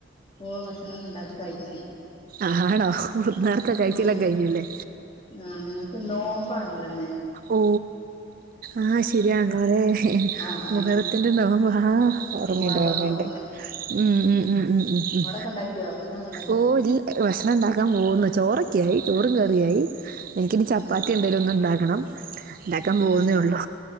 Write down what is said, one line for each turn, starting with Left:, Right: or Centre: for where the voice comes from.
Left: ഓ ഭക്ഷണംണ്ടാക്കി കഴിച്ച്
Right: ആണോ നേർത്തെ കഴിച്ചെല്ലാം
Left: ഉം
Right: കഴിഞ്ഞല്ലേ
Left: ആ ഞങ്ങക്ക് നോമ്പാണല്ലോ ന്ന്
Right: ഓ ആ ശരിയാൺലോ ലേ
Left: ആ ആ
Right: മുഹത്തിന്റെ നോമ്പാ ആ ഓർമ്മയ്ണ്ട്
Left: മുഹറം
Right: ഓർമ്മയ്ണ്ട്
Left: നോമ്പ് അതന്നെ
Right: ഉം ഉം ഉം ഉം ഉം ഉം
Left: അവിടൊക്കെ ഉണ്ടാക്കിയോ ഭക്ഷണൊക്കെ ഉണ്ടാക്കിയോ
Right: ഓ ഇൽ ഭഷണണ്ടാക്കാൻ പോക്ന്ന് ചോറൊക്കായി ചോറും
Left: ഉം
Right: കറിയായി എനിക്കിനി ചപ്പാത്തി
Left: ആ
Right: എന്തേലൊന്ന്ണ്ടാകണം ണ്ടാക്കാൻ
Left: അതന്നെ
Right: പോകുന്നേ ഉള്ളു